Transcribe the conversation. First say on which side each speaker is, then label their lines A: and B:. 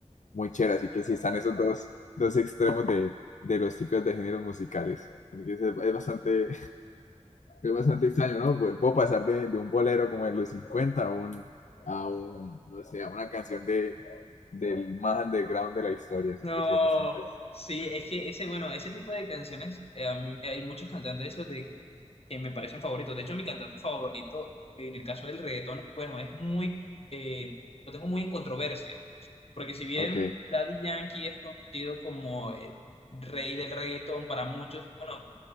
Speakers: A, on the left; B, on the left.
A: muy chévere. Así que sí, están esos dos, dos extremos de, de los tipos de géneros musicales. Así que es, es bastante, es bastante extraño, ¿no? Pues puedo pasar de, de un bolero como en los 50 a un, a un, no sé, a una canción de, del más underground de la historia. Así
B: No,
A: que sí, es bastante...
B: sí, es que ese, bueno, ese tipo de canciones, eh, a mí- hay muchos cantantes esos de que me parecen favoritos. De hecho, mi cantante favorito, en el caso del reggaetón, bueno, es muy, eh, lo tengo muy en controversia, porque si bien
A: Ok.
B: Daddy Yankee es conocido como el rey del reggaetón para muchos, bueno,